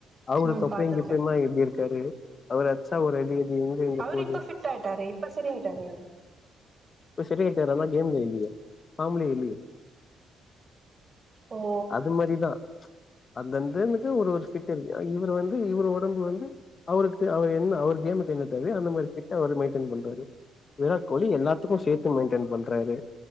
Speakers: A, on the left; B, on the right.
A: அவரு
B: ம்
A: தொப்பையு
B: பாத்துருக்கே
A: கிப்பையுமா எப்டி இருக்காரு அவர் அட்ச்சா ஒரு அடி இது எங்க எங்க
B: அவரு
A: போது
B: இப்ப ஃபிட் ஆயிட்டாரு இப்ப சரியாயிட்டாரு அவரு
A: இப்ப சரி ஆய்ட்டாரு ஆனா கேம் ம்ல இல்லியே ஃபாம்ல இல்லியே
B: ஓ
A: அது மாரிதா அந்தந்தனுக்கு ஒரு ஒரு ஃபிட் இருக்கு இவுரு வந்து இவுரு ஒடம்பு வந்து அவுருக்கு அவுர் என்ன அவுர் கேமு கு என்ன தேவையோ அந்த மாரி ஃபிட் அவரு மெய்ன்டென் பண்றாரு விராட் கோலி எல்லாத்துக்கு சேத்து மெய்ன்டென் பண்றாரு